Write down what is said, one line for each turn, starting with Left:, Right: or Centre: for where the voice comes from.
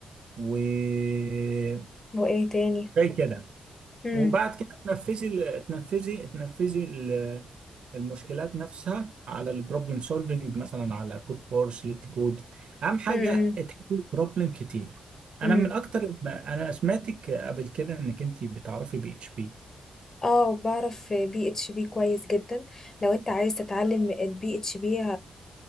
Right: وزي
Left: وايه تاني
Right: كده
Left: امم
Right: وبعد كده تنفذي ال- تنفذي تنفذي ال- المشكلات نفسها على البروبلم سولفنج مثلا على كود فورس ليت كود اهم حاجه
Left: امم
Right: تحل بروبلم كتير انا
Left: امم
Right: من اكتر ما انا سمعتك قبل كده انك انت بتعرفي بي اتش بي
Left: اه بعرف بي اتش بي كويس جدا لو انت عايز تتعلم البي اتش بي